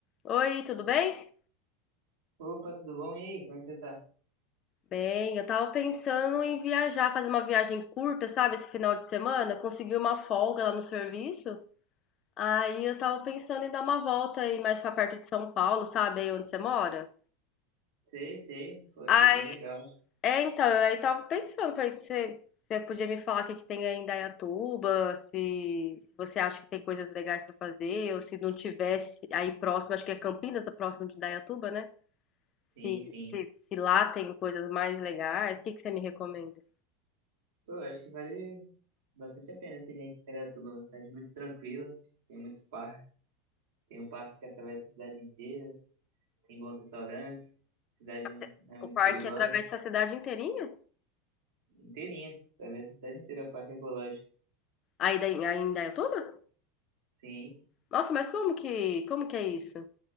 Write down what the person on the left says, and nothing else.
Oi, tudo bem?
Bem, eu tava pensando em viajar, fazer uma viagem curta, sabe, esse final de semana, consegui uma folga lá no serviço. Aí eu tava pensando em dar uma volta aí mais pra perto de São Paulo, sabe, aí onde você mora.
Aí,
é, então, eu aí tava pensando, falei, você, você podia me falar o que que tem aí em Indaiatuba, se, se você acha que tem coisas legais pra fazer, ou se não tivesse aí próximo, acho que é Campinas, é próximo de Indaiatuba, né?
Se,
se, se lá tem coisas mais legais, o que que você me recomenda?
A ci-
O parque
atravessa a cidade inteirinha?
Aí daí- aí em Indaiatuba?
Nossa, mas como que, como que é isso?